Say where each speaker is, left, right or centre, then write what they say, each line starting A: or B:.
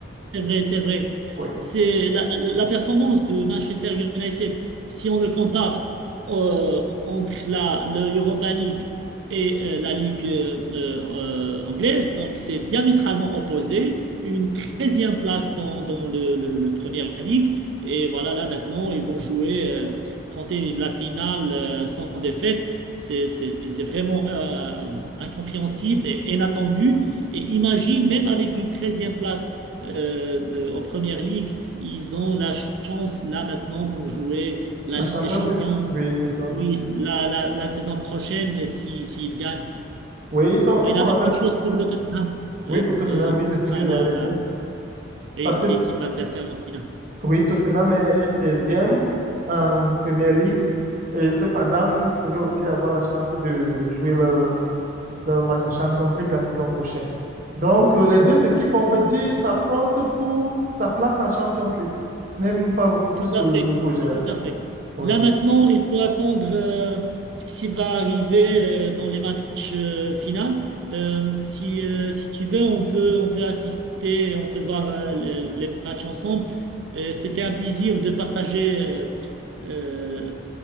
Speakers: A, on the right; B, on the right.
A: C'est vrai, c'est vrai.
B: Oui,
A: C'est la, la- la performance de Manchester United, si on le compare euh, entre la, l'Europa League et euh, la Ligue euh, euh, anglaise, donc c'est diamétralement opposé. Une treizième place dans, dans le, le, le Premier League. Et voilà, là maintenant, ils vont jouer, euh, affronter la finale euh, sans défaite. C'est c'est- c'est vraiment euh, incompréhensible et inattendu. Et imagine, même avec une treizième place euh, de- aux Premières Ligues, ils ont la chance là maintenant pour jouer la
B: à
A: Ligue
B: Champions
A: des Champions.
B: League. Oui, c'est ça.
A: Oui, la, la, la saison prochaine, si, s'ils gagnent.
B: Oui, ils sont,
A: Et
B: ils sont
A: la même
B: avec,
A: chose pour le Tottenham,
B: oui,
A: euh,
B: pour Tottenham,
A: euh,
B: oui,
A: qui
B: c'est ce
A: sera
B: que j'avais
A: la, la-
B: dit.
A: et
B: Parce que,
A: l'équipe adversaire en finale.
B: oui, Tottenham est est 16 en Première Ligue et cependant, ils pourraient aussi avoir la chance de, de jouer la dans le match de Champions League la saison prochaine. Donc, euh, les deux équipes, on peut dire, s'affrontent pour la place en Champions League. Ce n'est même pas beaucoup plus
A: Tout à
B: le,
A: fait,
B: le projet, là.
A: tout à fait.
B: Oui,
A: Là maintenant, il faut attendre euh, ce qui va arriver euh, dans les matchs euh, finaux. Euh, si, euh, si tu veux, on peut, on peut assister, on peut voir euh, les, les matchs ensemble. Euh, c'était un plaisir de partager euh, euh,